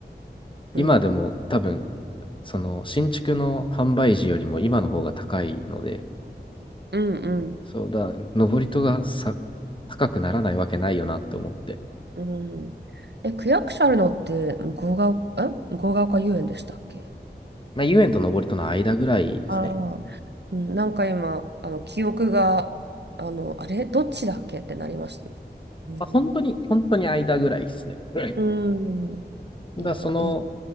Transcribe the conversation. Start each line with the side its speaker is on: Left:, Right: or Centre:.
Right: うん、
Left: 今でも多分、その新築の販売時よりも今の方が高いので、
Right: うん、
Left: そうだ、登り戸がさ、高くならないわけないよなって思って。
Right: うん、うん。え、区役所あるのって、向ヶ丘、え、向ヶ丘遊園でしたっけ
Left: まあ、遊園と登戸の間ぐらいですね。
Right: ああ、うん、なんか今、あの、記憶が、あの、あれどっちだっけってなりましたね。うん。
Left: まあ、本当に、本当に間ぐらいですね。うん
Right: うん。
Left: だからその
Right: いや、いっ